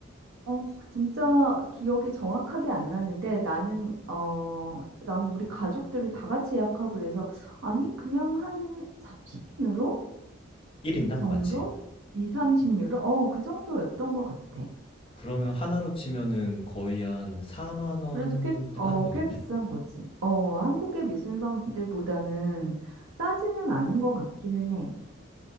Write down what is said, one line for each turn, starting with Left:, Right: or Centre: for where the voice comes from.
Right: 어, 진짜 기억이 정확하게 안 나는데 나는 어 나는 우리 가족들을 다 같이 예약하고 그래서 아니 그냥 한 30유로
Left: 1인당?
Right: 정도?
Left: 맞지?
Right: 2, 30유로? 어, 그 정도였던 것 같아.
Left: 그러면 하나로 치면은 거의 한 4만 원쯤
Right: 그래도 꽤, 어,
Left: 하는 거겠네?
Right: 꽤 비싼 거지. 어, 한국의 미술관들보다는 싸지는 않은 것 같기는 해.